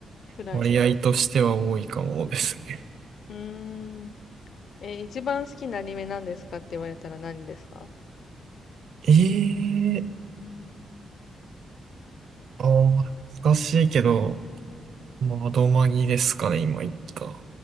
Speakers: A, on the left; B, on the right.
A: 辛いのが。
B: 割合としては多いかもですね。
A: うん。うーん。え、一番好きなアニメ何ですかって言われたら何ですか
B: ええああ、難しいけど、まあ、どまぎですかね、今言った。